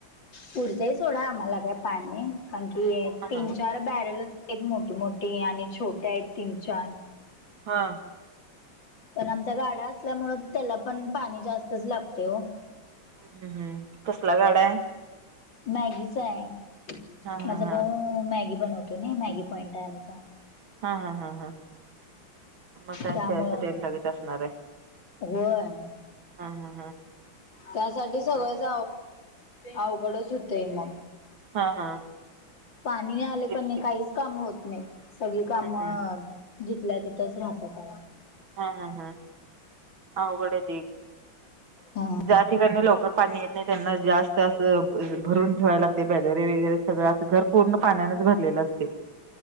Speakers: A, on the left; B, on the right.
A: पुरतय सोडा आम्हाला काय पाणी कारण की
B: हा
A: तीन
B: हा
A: चार बॅरलच आहेत मोठी मोठी आणि छोटे आहेत तीन चार
B: हां.
A: पण आमचा गाडा असल्यामुळे त्याला पण पाणी जास्तच लागते हो.
B: ह हम् हम् कसला गाडा आहे.
A: मॅगीच आहे
B: हा हा
A: माझा
B: हा
A: भाऊ मॅगी बनवतोय ना मॅगी पॉइंट आहे आमचा
B: हा हा हा हा. मग काय
A: त्यामुळं
B: त्यासाठी आणि लागत असणार आहे
A: होय.
B: हा हा
A: त्यासाठी सगळंच
B: हा
A: अवकडच होतेय मग
B: हा हा.
A: पाणी आले
B: तेच
A: पण
B: की
A: काहीच काम होत नाही सगळी कामं.
B: हम्म हम्म
A: जिितल्या तिथंच राहतात.
B: हा हा हा अवघड आहे ते
A: हा.
B: ज्या ठिकाणी लवकर पाणी येत नाही त्यांना जास्त असं. भरून ठेवायला लागते बॅलेरे वगैरे सगळं असं घर पूर्ण पाण्यानेच भरलेलं असते.